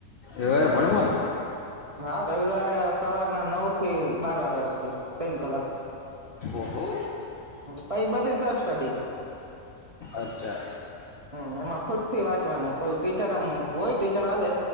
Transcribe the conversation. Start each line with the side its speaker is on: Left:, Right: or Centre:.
Left: એવે ભણમન
Right: હા રવિવારે સવારના નવ થી બાર વાગ્યા સુધી તન કલાક
Left: ઓહો
Right: પઈ બધી સેલ્ફ સ્ટટી
Left: અચ્છા
Right: હમ એમાં ખુદ થી વાંચવાનું કોઈ ટીચર આમ કોઈ ટીચર આવે